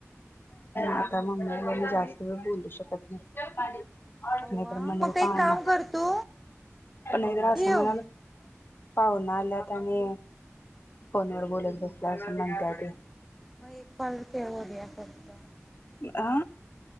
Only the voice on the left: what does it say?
आता मम्मी आलीय मी जास्त वेळ बोलू शकत नाही. नाहीतर
म्हणाल
पावना
नाही तर असं
म्हणाल. पावन आल्यात आणि फोन वर बोलत बसला असं म्हणतात त.
आ?